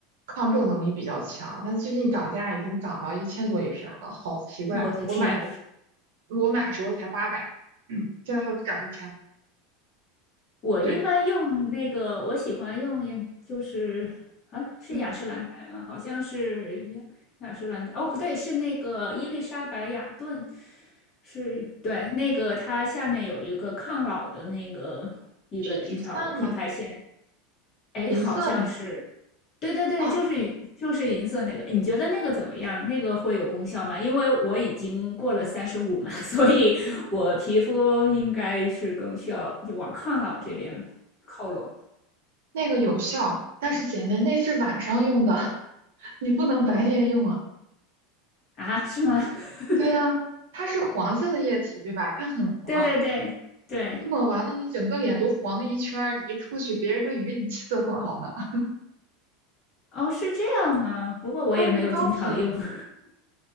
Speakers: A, on the right; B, on the left.
A: 抗皱能力比较强，它最近涨价已经涨到一千多一瓶儿了，好奇怪！
B: 我的天，
A: 我买的时我买的时候才八百，嗯，现在它涨一千了。
B: 我一般用那个，
A: 对，
B: 我喜欢用眼就是啊，是雅诗兰黛吗？
A: 嗯，
B: 好像是雅雅诗兰黛。哦，不对，是那个伊丽莎白雅顿，是对那个它下面有一个抗老的那个一个一条品牌线。
A: 是橘灿吗？
B: 哎，
A: 银色那个
B: 好像是，对对对，
A: 啊，
B: 就是银就是银色那个，你觉得那个怎么样？那个会有功效吗？因为我已经过了三十五嘛，<laughs> 所以我皮肤应该是更需要就往抗老这边靠拢了
A: 嗯，那个有效，但是姐妹那是晚上用的，<laughs> 你不能白天用啊。
B: 啊？是吗？<laughs>
A: 对呀、它是黄色的液体，对吧？它很黄。
B: 对对对对，
A: 你抹完了，你整个脸都黄了一圈儿，你一出去，别人都以为你气色不好呢。<laughs>
B: 哦，是这样吗？不过我也没有经常用。
A: 它的膏体，
B: <laughs>